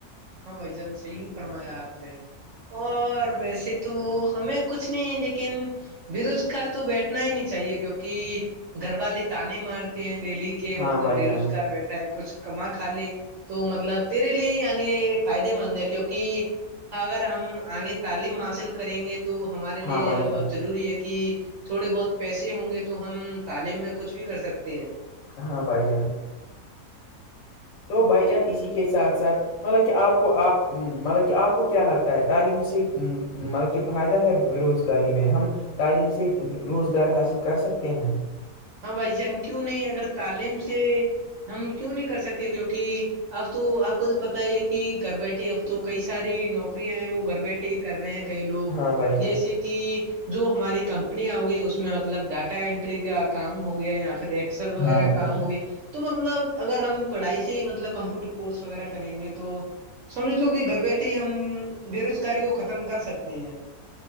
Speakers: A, on the right; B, on the left.
A: ہاں بھ جان سے ہی فرمایا آپ نے اور ویسے تو ہمیں کچھ نہیں لیکن بے روزگار تو بیٹھنا ہی نہیں چاہیے کیوںکہ گھر والے تانے مارتے ہیں ڈیلی کہ
B: ہاں
A: مطلب
B: بھائی
A: بے
B: جان
A: روزگار بیٹھا ہے کچھ کم کا لے تو مطلب تیرے لے آگے فائدے مند ہے کیونکہ اگر ہم آگے تعلیم حاصل کریں گے تو ہمارے لیے
B: ہاں
A: یہ
B: بھائی
A: ہے
B: جان
A: بہت ضروری ہے کہ تھوڑے بہت پیسے ہوں گے تو ہم تعلیم میں کچھ بھی کر سکتے ہیں
B: ہاں بھائی جان تو بھائی جان اسی کے ساتھ ساتھ مطلب کہ آپ کو آپ مطلب کہ آپ کو کیا لگتا ہے تعلیم سے مطلب کہ فائدہ ہے روز روزگاری میں ہم تعلیم سے روزگار حاصل کر سکتے ہیں
A: ہاں بھائی جان کیوں نہیں اگر تعلیم سے ہم کیوں نہیں کر سکتے کیونکہ اب تو آپ کو تو پتا ہی ہے کہ گھر بیٹھے اب تو کئی ساری نوکریاں ہیں وہ گھر بیٹھے ٹھیک کر رہے ہیں کئی لوگ
B: ہاں بھائی جان
A: جیسے کہ جو ہماری کمپنییاں ہو گئی اس میں مطلب ڈاٹا انینٹری کا کام ہو گیا یا پھر نسل وغیرہ
B: ہاں بھائی
A: کام
B: جان
A: ہو گیا تو مطلب اگر ہم پڑھائی سے ہی مطلب کمپیوٹر کورس وغیرہ کریں گے تو سمجھ لو کہ گھر بیٹھے ہی ہم بے روزگاری کو ختم کر سکتے ہیں